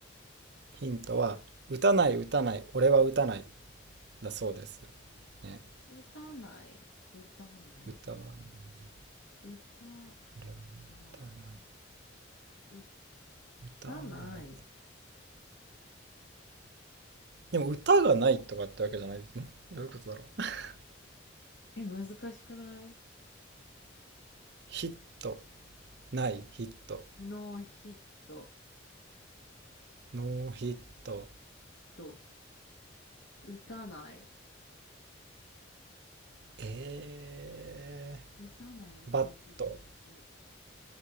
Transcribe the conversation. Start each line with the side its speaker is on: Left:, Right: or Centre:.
Right: ヒントは、打たない、打たない、俺は打たない。だそうです。ね。
Left: 歌ない。歌ない。
Right: 歌わない。
Left: 歌
Right: 俺は
Left: ない。
Right: 歌わない。
Left: 歌
Right: 歌わない。
Left: ない。
Right: でも歌がないとかってわけじゃないですね。んどういうことだろう。<laughs>
Left: え、難しくない
Right: ヒット、ない、ヒット。
Left: ノーヒット
Right: ノーヒット。
Left: と、打たない、
Right: え
Left: 打たない動物。
Right: ー、バット。